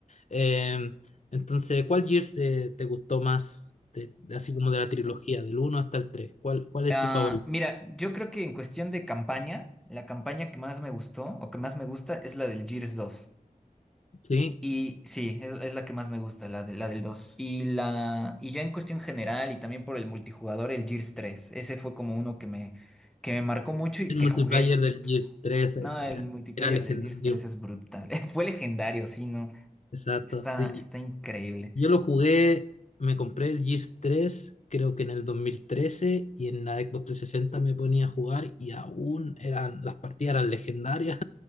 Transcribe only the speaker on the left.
Em, entonces, ¿cuál Gears te te gustó más? De- de- así como de la trilogía, del uno hasta el tres ¿Cuál, cuál
es tu favorito?
Sí,
el
multiplayer
del Gears 3
eh,
era,
era legendario.
Exacto,
sí.
Yo lo jugué, me compré el Gears 3 creo que en el 2013 y en la Xbox 360 me ponía a jugar y aún eran, las partidas eran legendarias.